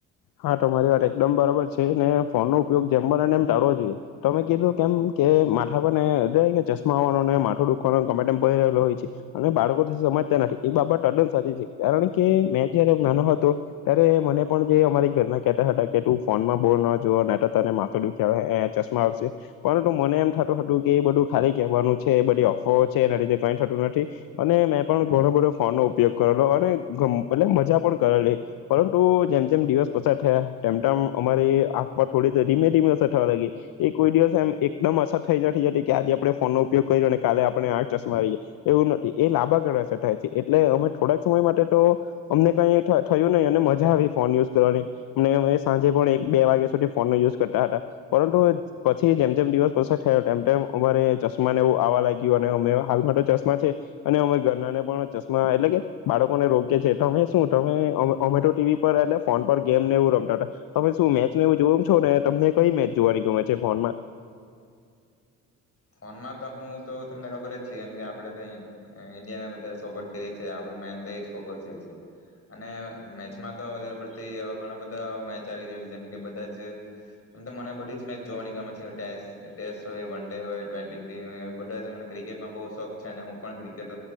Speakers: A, on the left; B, on the left.
A: હા તમારી વાત એકદમ બરાબર છે ને ફોનનો ઉપયોગ જેમ બનેને એમ ટાળવો જોઈએ, તમે કીધું કેમ કે માથા પર ને ચશમા આવવાનોને માથું દુખવાનોમે ભરી રહેલો હોય છે, અને બાળકો સમજતા નથી એ બાબત અદંત સાચી છે, કારણ કે મેં જયારે નાનો હતો, ત્યારે મને પણ જે અમારી હતા ફોનમાં બોલ જો તને માથે દુખ્યા આવે ચશમા આવશે, પરંતુ મને એમ થતું હતું કે એ બધું ખાલી કેવાનું છે એ બધ અફ છે એના લીધે કઈ થતું નથી, અને મેં પણ ઘણો બો ફોન નો ઉપયોગ કરેલો અને એટલે મજા પણ કરેલી, પરંતુ જેમ જેમ દિવસ અસર થયા તેમ અમારી આંમાં થોડી રીમે ધીમે અસર થવા લાગી એ કોઈ દિવસ એમ એકદમ અસર થઈ નથી જતી કે આજે આપણે ફોનનોો ઉપયોગ કરી્યો કાલે આપણે આ ચશ્મા આવી ગઈએ એવું નથી એ લાંબાગાડે અસર થાય છે એટલે અમે થોડાક સમય માટે તો અમને કઈ થયું નહીં અને મજા આવી ફોન યુઝ કરવાની. અને અમે સાંજે પણ એક બે વાગ્યા સુધી ફોન નો યુઝ કરતા હતા, પરંતુ પછી જેમ જેમ દિવસ પસાર થયો તેમ તેમ અમારે ચશ્માં ને એવું આવવા લાગ્યું અને અમે હાલમાં તો ચશ્મા છે, અને અમે ઘરનાને પણ ચશ્મા એટલે કે બાળકોને રોકીએ શું તમે ઓમેટો ટીવી પર એટલે ફોન પર ગેમ ને એવું રમતા, તમે શું મેચને એવું જોમ છો ને તમને કઈ મેચ જોવાની ગમે છે ફોનમાં.
B: ફોનમાં તો હું તો તમને ખબર જ છે કેમ કે આપડે ઇન્ડિયાને વધારે સપોર્ટ કરીએ છે આપ મેન તો જ ફોકસ છે, અને મેચમાં તો વધારે પડતી એવા ઘણા બધા મેચ આવી રહ્યા છે જેમ કે બધા જમ, તો મને બધી જ મેચ જોવાની ગમે છે ટેસ્ટ હોય વન ડે હોય બધા મને ક્રિકેટમાં બ શોખ છે અને હું પણ ક્રિકેટ